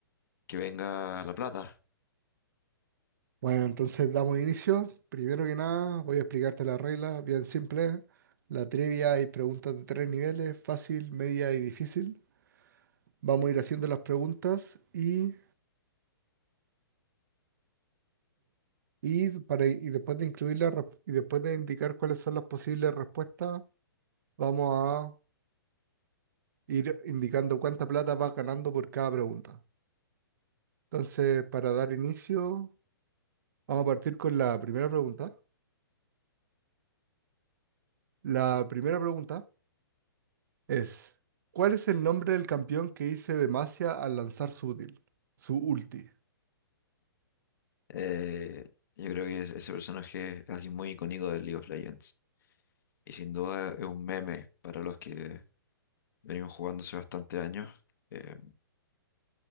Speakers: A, on the left (about 60°); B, on the right (about 55°).
A: que venga la plata.
B: Bueno, entonces damos inicio. Primero que nada, voy a explicarte las reglas, bien simple. La trivia y preguntas de tres niveles, fácil, media y difícil. Vamos a ir haciendo las preguntas y, y, para, y después de incluirlas y después de indicar cuáles son las posibles respuestas, vamos a ir indicando cuánta plata vas ganando por cada pregunta. Entonces, para dar inicio, vamos a partir con la primera pregunta. La primera pregunta. Es, ¿cuál es el nombre del campeón que hice Demacia al lanzar su útil, su ulti?
A: Eh, yo creo que es- ese personaje es alguien muy icónico del League of Legends y sin duda es un meme para los que venimos jugando hace bastante años. Eh,